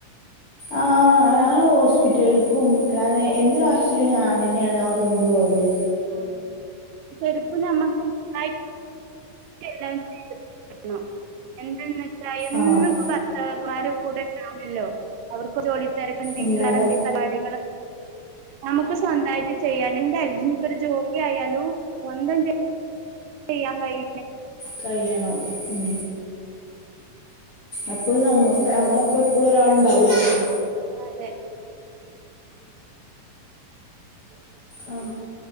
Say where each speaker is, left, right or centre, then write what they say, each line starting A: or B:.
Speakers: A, on the left; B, on the right.
A: ആ ഞാൻ ഹോസ്പിറ്റലേക്കും, അല്ലാതെ എന്തൊരു ആവശ്യത്തിന് ഞാൻ തന്നെയാണ് അവരെ കൊണ്ട് പോവല്.
B: ആഹ് തെരക്ക് ഞമ്മക്ക് <unintelligible> <unintelligible> എന്തന്ന് ദാ എന്നും
A: ആഹ്
B: ഇപ്പം ഭർത്താക്ക മ്മാര് കൂടെ ഉണ്ടാവണം ഇല്ലല്ലോ? അവർക്ക് ജോലി തിരക്ക എന്തെങ്കിലും
A: ഇല്ലാതെ
B: വേറേ പരിപാടികൾ നമുക്ക് സ്വന്തമായിട്ട് ചെയ്യാന എന്താ <unintelligible> ഒരു ജോലിയ ആയാലും സ്വന്തം ചെയ്യ ങ്കയ്
A: കഴിയണം ഉം അപ്പോഴും നമ്മുക്ക് നമ്മളപ്പ എപ്പോഴും ഒരാൾുണ്ടാവലല്ലോ
B: അതെ ഉം
A: ആ